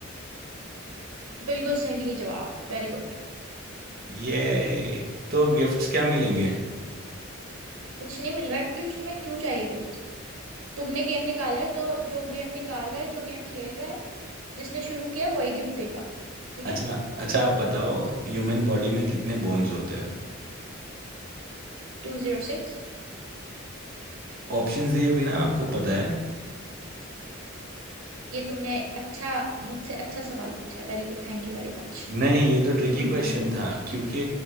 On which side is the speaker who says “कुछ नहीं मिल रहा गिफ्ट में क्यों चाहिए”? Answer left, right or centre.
Right